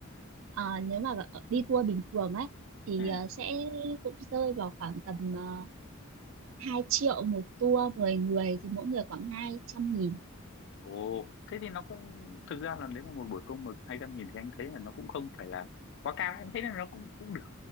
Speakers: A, on the right; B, on the left.
A: Ờ, nếu mà ở- đi tour bình thường ấy thì
B: ừ
A: ờ, sẽ cũng rơi vào khoảng tầm uh, 2 triệu một tour 10 người thì mỗi người khoảng 200.000.
B: ồ thế thì nó cũng thực ra là nếu mà một buổi câu mực hai trăm nghìn thì anh thấy là nó cũng không phải là quá cao anh thấy là nó cũng cũng được